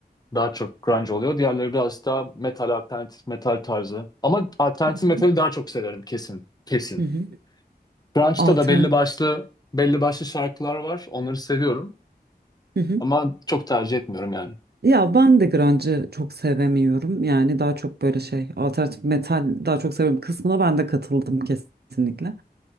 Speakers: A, on the left; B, on the right.
A: Daha çok grunge oluyor. Diğerleri biraz daha metal, alternatif metal tarzı. Ama alternatif
B: Hı hı.
A: metali daha çok severim kesin. Kesin.
B: hı hı.
A: Grunge'da
B: Alter
A: da belli başlı belli
B: evet.
A: başlı şarkılar var. Onları seviyorum.
B: Hı hı.
A: Ama çok tercih etmiyorum yani.
B: Ya ben de grunge'ı çok sevemiyorum. Yani daha çok böyle şey alternatif metal daha çok seviyorum kısmına ben de katıldım kesinlikle.